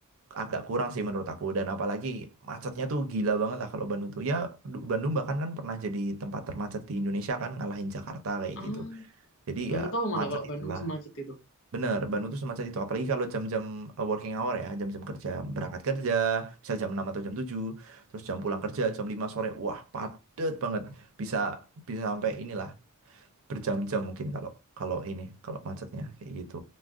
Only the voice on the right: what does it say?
agak kurang sih menurut aku. Dan apalagi macetnya tuh gila banget lah kalau Bandung tuh. Ya Du- Bandung bahkan kan pernah jadi tempat termacet di Indonesia kan ngalahin Jakarta kayak
gitu. Jadi
ya
macet
itulah.
Bener, Bandung tuh semacam itu. Apalagi kalau jam-jam uh, working hour ya, jam-jam kerja, berangkat kerja, misal jam 6 atau jam 7, terus jam pulang kerja jam 5 sore. Wah, padet banget. Bisa bisa sampai inilah berjam-jam mungkin kalau kalau ini, kalau macetnya kayak gitu.